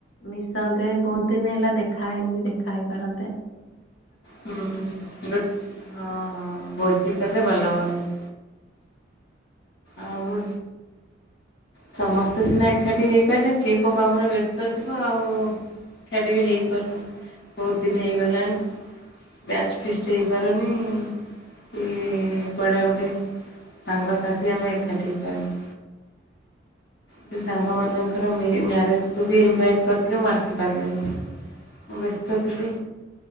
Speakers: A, on the left; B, on the left.
A: ମିଶନ୍ତେ ବହୁତ ଦିନ ହେଲା ଦେଖା ହେଇନି ବି ଦେଖା ହେଇପାରନ୍ତେ।
B: ହୁଁ ହଁ ହଁ ଭୋଜି କଲେ ଭଲ ହୁଅନ୍ତା। ଆଉ ସମସ୍ତେ ସିନା ଏକାଠି ହେଇପାରଲେ କିଏ କେଉଁ କାମରେ ବ୍ୟସ୍ତ ଥିବ ଆଉ ଏକାଠି ବି ହେଇପାରୁନି ବହୁତ ଦିନ ହେଇଗଲାଣି ବ୍ୟାଚ୍ ଫିଷ୍ଟ ହେଇପାରୁନି କି କୁଆଡ଼େ ଗୁଡ଼େ ସାଙ୍ଗସାଥି ଆମେ ଏକାଠି ହେଇପାରୁନୁ। ବଝ <unintelligible> ଯୋଉ ମାନଙ୍କର ମି ମ୍ୟାରେଜ୍। କୁବି ଇନଭାଇଟ୍ କରିଥିଲେ ମୁଁ ଆସିପାରିଲିନି ମୁଁ ବ୍ୟସ୍ତ ଥିଲି